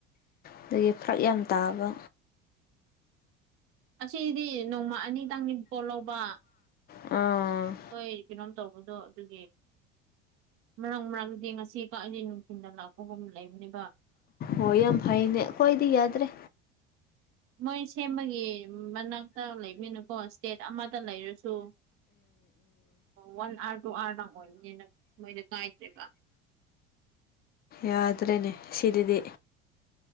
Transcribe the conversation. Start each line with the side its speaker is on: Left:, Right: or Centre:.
Left: ꯑꯗꯒꯤ ꯐꯔꯛ ꯌꯥꯝ ꯇꯥꯕ
Right: ꯑꯁꯤꯗꯤ ꯅꯣꯡꯃ ꯑꯅꯤꯇꯪꯅꯤ ꯄꯣꯠ ꯂꯧꯕ
Left: ꯑꯥ
Right: ꯍꯣꯏ ꯀꯩꯅꯣꯝ ꯇꯧꯕꯗꯣ ꯑꯗꯨꯒꯤ ꯃꯔꯥꯡ ꯃꯔꯪꯗꯤ ꯉꯁꯤ ꯀ ꯑꯅꯤ ꯅꯨꯡꯊꯤꯜꯗ ꯂꯥꯛꯄꯒꯨꯝ ꯂꯩꯕꯅꯦꯕ
Left: ꯍꯣꯏ ꯌꯥꯝ ꯐꯩꯅꯦ ꯑꯩꯈꯣꯏꯗꯤ ꯌꯥꯗ꯭ꯔꯦ
Right: ꯃꯣꯏ ꯁꯦꯝꯕꯒꯤ ꯃꯅꯥꯛꯇ ꯂꯩꯕꯅꯤꯅꯀꯣ ꯏꯁꯇꯦꯠ ꯑꯃꯗ ꯂꯩꯔꯁꯨ ꯋꯥꯟ ꯑꯥꯔ ꯇꯨ ꯑꯥꯔꯗ ꯑꯣꯏꯕꯅꯤꯅ ꯃꯣꯏꯗ ꯀꯥꯏꯗ꯭ꯔꯦꯕ
Left: ꯌꯥꯗ꯭ꯔꯦꯅꯦ ꯁꯤꯔꯤꯗꯤ